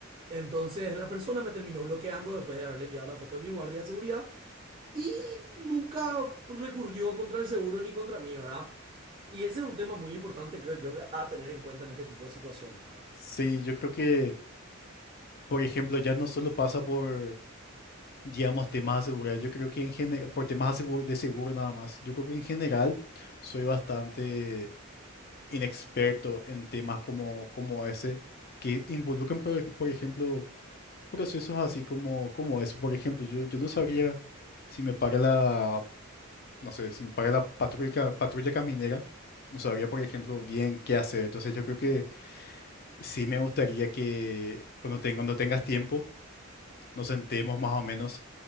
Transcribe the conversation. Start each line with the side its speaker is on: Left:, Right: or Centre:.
Right: Entonces la persona me terminó bloqueando después de haberle enviado la foto de mi guardia de seguridad y nunca recurrió contra el seguro ni contra mí, ¿verdad? Y ese es un tema muy importante, creo yo, a tener en cuenta en este tipo de situaciones, ¿verdad?
Left: Sí, yo creo que... por ejemplo, ya no solo pasa por, digamos, temas de seguridad, yo creo que en general, por temas de seguro, de seguro nada más, yo creo que en general soy bastante inexperto en temas como, como ese, que involucran, por, ej- por ejemplo, procesos así como, como eso. Por ejemplo, yo, yo no sabría si me para la, no sé, si me para la patrulla, patrulla caminera, no sabría, por ejemplo, bien qué hacer. Entonces yo creo que sí me gustaría que cuando, ten- cuando tengas tiempo, nos sentemos más o menos